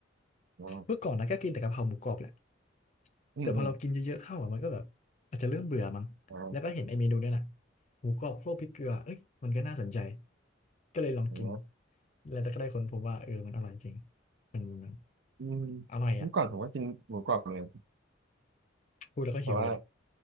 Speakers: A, on the right; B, on the left.
A: อ๋อ
B: เมื่อก่อนนะก็กินแต่กะเพราหมูกรอบแหละ
A: อืมอืม
B: แต่พอเรากินเยอะๆเข้าอะมันก็แบบอาจจะเริ่มเบื่อมั้งแล้วก็เห็นไอ้เมนูเนี่ยแหละ
A: อ๋อ
B: หมูกรอบโคลกพริกเกลือเอ้ยมันก็น่าสนใจก็เลยลองกิน
A: อ๋อ
B: แล้วก็ได้ค้นพบว่าเออมันอร่อยจริงมันมัน
A: อืม
B: อร่อยอ่ะ
A: เมื่อก่อนผมก็กินหมูกรอบเหมือนกัน
B: พูดแล้วก็หิวเลยเนี่ย
A: แต่ว่า